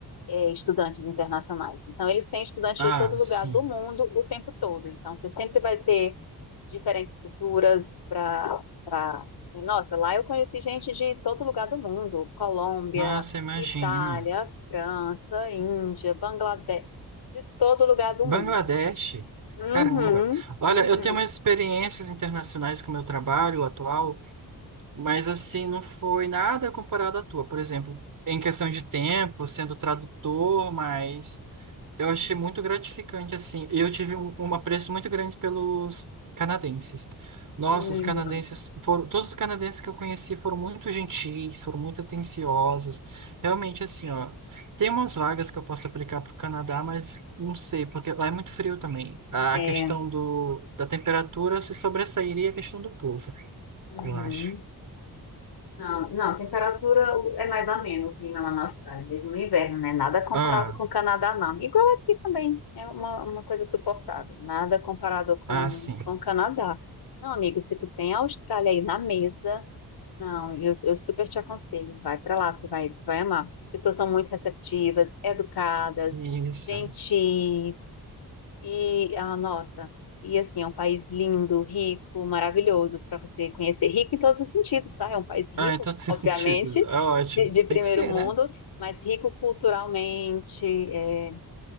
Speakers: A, on the left; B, on the right.
A: é, estudantes internacionais. Então, eles têm estudantes
B: Ah,
A: de todo lugar
B: sim.
A: do mundo o tempo todo. Então, você sempre vai ter diferentes culturas para para nossa, lá eu conheci gente de todo lugar do mundo, Colômbia,
B: Nossa, imagino.
A: Itália, França, Índia, Bangladesh, de todo lugar do
B: Bangladesh,
A: mundo. Uhum,
B: caramba. Olha,
A: uhum,
B: eu tenho umas experiências internacionais com o meu trabalho atual. mas assim, não foi nada comparado à tua. Por exemplo, em questão de tempo, sendo tradutor, mas eu achei muito gratificante, assim. Eu tive um, um apreço muito grande pelos canadenses. Nossa,
A: uhum.
B: os canadenses foram, todos os canadenses que eu conheci foram muito gentis, foram muito atenciosos. Realmente, assim, ó, tem umas vagas que eu posso aplicar para o Canadá, mas não sei, porque lá é muito frio também. A
A: É,
B: questão do, da temperatura se sobressairia a questão do povo,
A: uhum.
B: eu acho.
A: Não, não, temperatura é mais ameno o clima lá na Austrália, mesmo no inverno, né? Nada comparado
B: Ah.
A: com o Canadá, não. Igual aqui também, é uma, uma coisa suportável. Nada comparado com,
B: Ah, sim.
A: com o Canadá. Não, amigo, se tu tem a Austrália aí na mesa, não, eu, eu super te aconselho, vai pra lá, tu vai, tu vai amar. As pessoas são muito receptivas, educadas,
B: Isso.
A: gentis, e, ah, nossa, e assim, é um país lindo, rico, maravilhoso para você conhecer. Rico em todos os sentidos, tá? É um país rico,
B: Ah, então faz
A: obviamente,
B: sentido. <laughs> É ótimo.
A: <laughs> de, de primeiro
B: Tem que ser,
A: mundo,
B: né?
A: mas rico culturalmente. é,